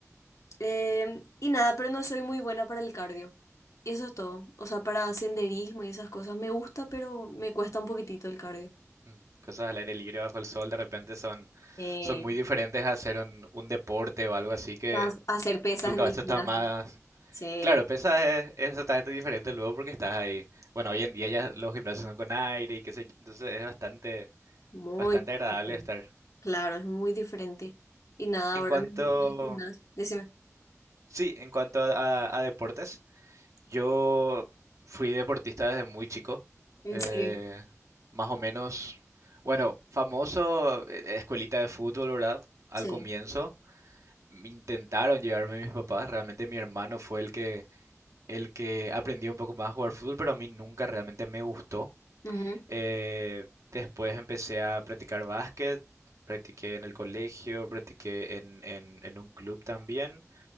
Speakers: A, on the left (about 70°); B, on the right (about 70°).
A: Eh, y nada, pero no soy muy buena para el cardio. Y eso es todo. O sea, para senderismo y esas cosas me gusta, pero me cuesta un poquitito el cardio.
B: mm, cosas al aire libre bajo el sol de repente son,
A: Eh,
B: son muy diferentes a hacer un, un deporte o algo así que
A: ha- hacer pesas
B: tu
A: en
B: cabeza
A: el gimnasio.
B: está más...
A: Sí.
B: Claro, pesas es, es totalmente diferente luego porque estás ahí. Bueno, hoy en día ya los gimnasios son con aire y qué sé yo, entonces es bastante,
A: Muy
B: bastante agradable
A: diferente.
B: estar.
A: Claro, es muy diferente. Y nada,
B: En
A: ahora
B: cuanto,
A: mismo en el gimnasio. Decime.
B: sí, en cuanto a, a- a deportes, Yo fui deportista desde muy chico,
A: ¿En
B: eh,
A: serio?
B: más o menos, bueno, famoso, eh, escuelita de fútbol, ¿verdad? Al
A: Sí.
B: comienzo intentaron llevarme mis papás, realmente mi hermano fue el que, el que aprendió un poco más a jugar fútbol, pero a mí nunca realmente me gustó.
A: Ujú.
B: Eh, después empecé a practicar básquet, practiqué en el colegio, practiqué en, en en un club también.